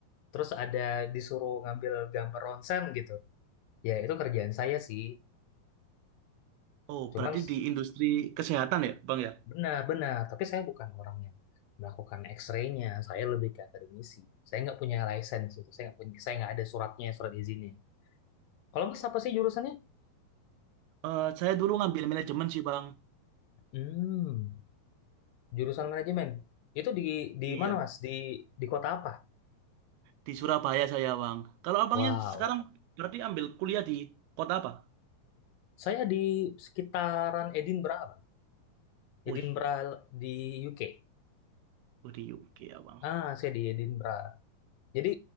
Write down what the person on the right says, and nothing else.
Oh,
berarti di industri kesehatan ya Bang ya?
Eh, saya dulu ngambil manajemen sih Bang.
Iya,
di Surabaya saya Bang. Kalau abangnya
sekarang berarti ambil kuliah di kota apa?
Wih,
oh, di UK ya Bang.